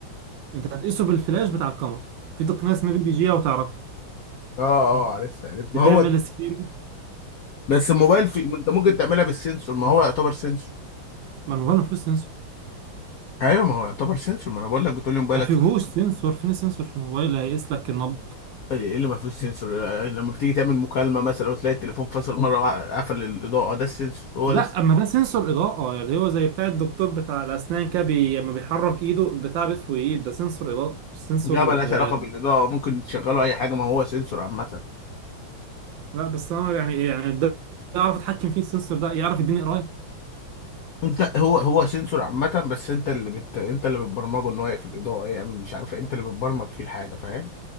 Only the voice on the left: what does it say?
اه اه عرفت عرفت ما
هو
بس الموبايل في ما انت ممكن تعملها بالسنسور ما هو يعتبر سنسور
ايوه ما هو يعتبر سنسور ما انا بقول لك بتقول لي موبايلك
فيه سنسور
ايه اللي ما فيهوش سنسور لما بتيجي تعمل مكالمه مثلا وتلاقي التليفون فصل مره وقفل الاضاءه ده السنسور هو
ده
ده ملهاش
علاقة بالإضاءة ممكن تشغله أي حاجة ما هو سنسور عامة
أنت هو هو سنسور عامة بس أنت اللي بت... أنت اللي بتبرمجه إن هو يقفل الإضاءة يعمل يعني مش عارف إيه، أنت اللي بتبرمج فيه الحاجة فاهم؟